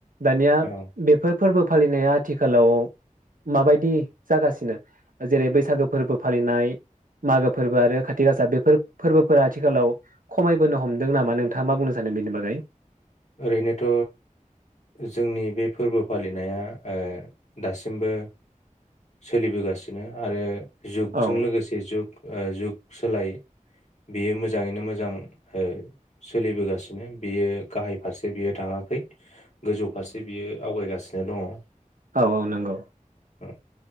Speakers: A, on the right; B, on the left.
A: दानिया
B: औ
A: बेफोर फोरबो फालिनाया आथिखालाव माबायदि जागासिनो जेरै बैसागो फोरबो फालिनाय मागो फोर बो आरो कातिक आसा बेफोर फोरबोफोरा आथिखालाव खमायबोनो हमदों नामा नोंथाङा मा बुंनो सानो बेनि बागै?
B: ओरैनोथ' जोंनि बे फोरबो फालिनाया ओ दासिमबो सोलिबोगासिनो आरो जुगजों
A: औ
B: लोगोसे जुग ओ जुग सोलाय बियो मोजाङैनो मोजां ओ सोलिबोगासिनो बियो गाहाय फारसे बियो थाङाखै गोजौ फारसे बियो आवगायगासिनो दङ।
A: औ औ नंगौ।
B: औ।